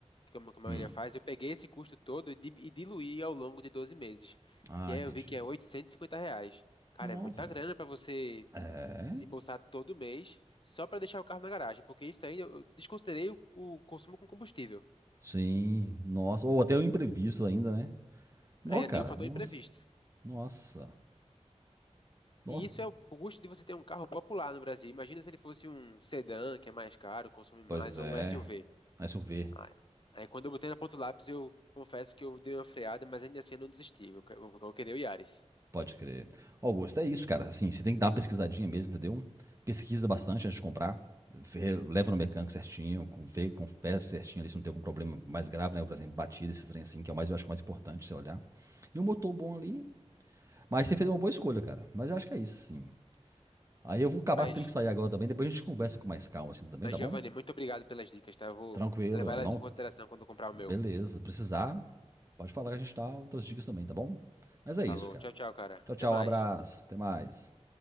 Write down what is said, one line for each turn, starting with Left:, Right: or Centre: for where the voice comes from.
Left: como que a maioria
Right: Hum.
Left: faz, eu peguei esse custo todo e, di- e diluí ao longo de 12 meses.
Right: Ah,
Left: E aí
Right: entendi.
Left: eu vi que é oitocentos e cinquenta reais. Cara,
Right: Nova.
Left: é muita grana para você
Right: É?
Left: desembolsar todo mês só para deixar o carro na garagem, porque isso aí eu eu desconsiderei o, o consumo com combustível.
Right: Sim, nossa. Ou até o imprevisto ainda, né? Nó,
Left: Ainda
Right: cara,
Left: tem o fator
Right: nossa.
Left: imprevisto.
Right: Nossa. Nó.
Left: E isso é o custo de você ter um carro popular no Brasil. Imagina se ele fosse um sedã, que é mais caro, consome mais,
Right: Pois é.
Left: ou um SUV.
Right: Mas eu ver.
Left: Aí, aí quando eu botei na ponta do lápis, eu confesso que eu dei uma freada, mas ainda assim eu não desisti. Eu, que- eu, eu queria o Yaris.
Right: Pode crer. Ó, Augusto, é isso, cara. Assim, você tem que dar uma pesquisadinha mesmo, entendeu? Pesquisa bastante antes de comprar. Vê, leva no mecânico certinho, com- vê com peça certinho ali se não tem algum problema mais grave, né? Por exemplo, batida, esse trem assim, que é o mais, eu acho que é o mais importante você olhar. E um motor bom ali, Mas você fez uma boa escolha, cara. Mas eu acho que é isso, sim. Aí eu vou acabar
Left: Mas,
Right: tendo que sair agora também. Depois a gente conversa com mais calma, assim, também,
Left: mas,
Right: tá
Left: Giovanni,
Right: bom?
Left: muito obrigado pelas dicas, tá? Eu vou
Right: Tranquilo,
Left: levar elas
Right: não?
Left: em consideração quando eu comprar o
Right: Beleza.
Left: meu.
Right: Precisar, pode falar que a gente dá outras dicas também, tá bom? Mas é
Left: Falou.
Right: isso, cara.
Left: Tchau, tchau, cara.
Right: Tchau,
Left: Até
Right: tchau.
Left: mais.
Right: Abraço. Até mais.